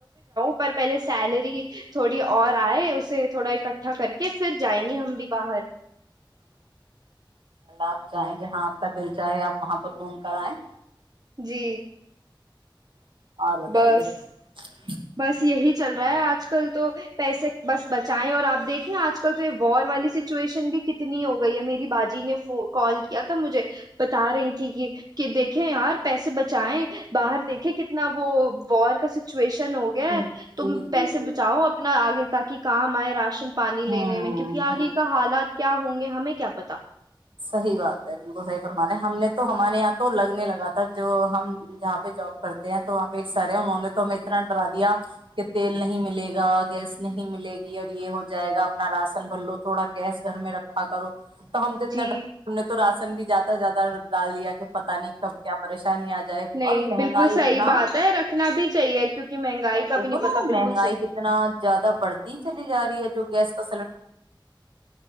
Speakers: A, on the right; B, on the right.
A: پر پہلے سیلری تھوڑی اور ائے اسے تھوڑا اکٹھا کر کے پھر جائیں گے ہم بھی باہر
B: اپ چاہیں جہاں اپ کا دل چاہے اپ وہاں پر گھوم کر ائیں
A: <unintelligible>
B: <unintelligible>
A: بس بس یہی چل رہا ہے اج کل تو پیسے بس بچائیں اور اپ دیکھیں اج کل تو یہ وار والی سچویشن بھی کتنی ہو گئی ہے میری باجی نے کال کیا تھا مجھے بتا رہی تھی یہ کہ دیکھیں یار پیسے بچائیں باہر دیکھیں کتنا وہ وار کا دن ہو گیا
B: جی
A: ہے تم
B: جی
A: پیسے
B: جی
A: بچاؤ اپنا اگے <unintelligible> پانی
B: ہوں
A: لینے میں کیونکہ اگے
B: ہ
A: کا حالات کیا ہو یہ ہمیں کیا پت
B: صحیح بات ہے بالکل صحیح فرمان ہے ہم نے تو ہمارے ہاں تو لگنے لگا تھا جو ہم جہاں پہ جاب کرتے ہیں تو وہاں پہ سارے انہوں نے تو میں اتنا بنا دیا کہ تیل نہیں ملے گا گیس نہیں ملے گی اور یہ ہو جائے گا اپنا راشن بلو تھوڑا گیس گھر میں رکھا کرو تو ہم <unintelligible> تنگی
A: جی
B: جاتا ڈال دیا کہ <unintelligible> پتہ نہیں کب کیا پریشانی ا جائے
A: نہیں
B: اور مہنگائی
A: بالکل صحیح
B: اتنا
A: بات ہے رکھنا بھی چاہیے کیونکہ مہنگائی کا
B: دیکھو
A: بھی نہیں
B: نا
A: پتا بالکل
B: مہنگائی
A: صحیح
B: کتنا زیادہ بڑھتی چلی جا رہی ہے جو گیس <inaudible>